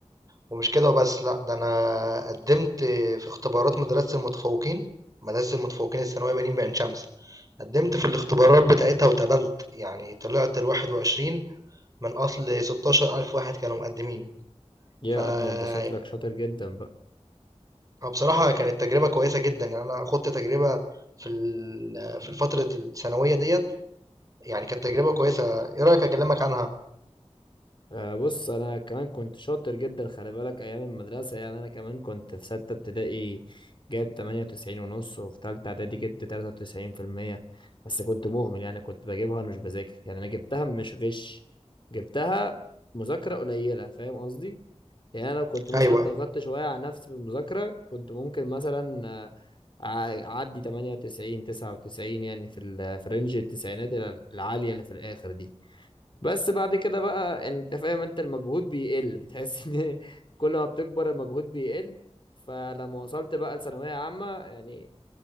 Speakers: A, on the right (about 30°); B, on the left (about 45°).
A: ومش كده وبس لا ده انا قدمت في اختبارات مدرسه المتفوقين مدرسه المتفوقين الثانويه بنين بعين شمس قدمت في الاختبارات بتاعتها واتقبلت يعني طلعت الواحد وعشرين من أصل ستاشر ألف واحد كانوا مقدمين
B: يا
A: ف يعني
B: أدنى انت شكلك شاطر جدا بقى
A: بصراحة كانت تجربة كويسة جدا يعني أنا خدت تجربة في ال- في فترة الثانوية ديت يعني كانت تجربة كويسة إيه رأيك أكلمك عنها؟
B: آه بص انا كمان كنت شاطر جدا خلي بالك ايام المدرسة يعني انا كمان كنت في ستة ابتدائي جاب 98 ونص وفي تالتة اعدادي جبت 93% بس كنت مهمل يعني كنت بجيبها وانا مش بذاكر يعني انا جبتها مش غش جبتها مذاكرة قليلة فاهم قصدي يعني انا لو كنت مثلا
A: أيوه
B: ضغطت
A: أيوه
B: شويه على نفسي في المذاكره كنت ممكن مثلا آه، أع- اعدي 98 99 يعني في ال- في رينج التسعينات ال- العاليه اللي في الاخر دي بس بعد كده بقى انت فاهم انت المجهود بيقل بتحس <laughs> ان كل ما بتكبر المجهود بيقل فلما وصلت بقى لثانويه عامه يعني